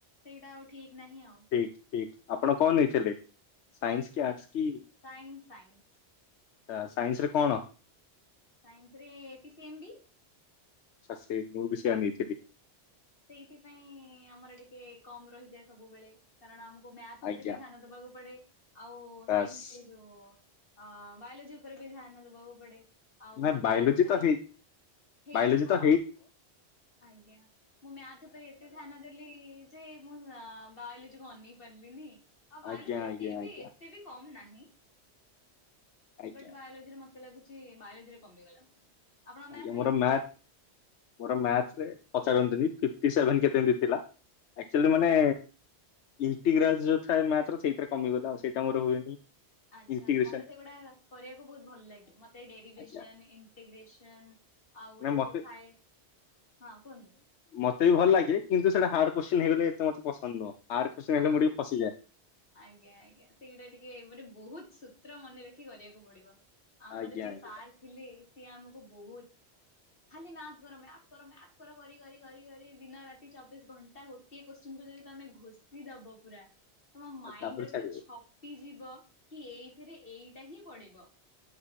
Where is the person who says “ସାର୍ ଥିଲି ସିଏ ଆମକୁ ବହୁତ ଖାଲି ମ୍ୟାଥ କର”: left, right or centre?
Left